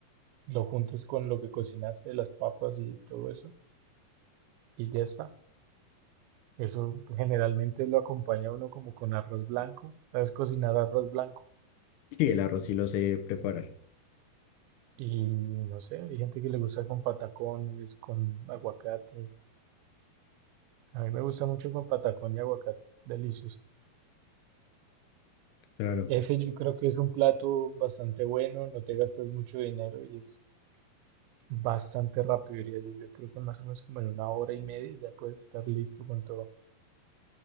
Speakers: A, on the right (about 80°); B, on the left (about 85°).
A: Lo juntas con lo que cocinaste, las papas y todo eso, y ya está. Eso generalmente lo acompaña uno como con arroz blanco. ¿Sabes cocinar arroz blanco?
B: Sí, el arroz sí lo sé preparar.
A: Y no sé, hay gente que le gusta con patacones, con aguacate. A mí me gusta mucho con patacón y aguacate, delicioso.
B: Claro.
A: Ese yo creo que es un plato bastante bueno, no te gastas mucho dinero y es bastante rápido, diría yo. Yo creo que más o menos como en una hora y media ya puedes estar listo con todo.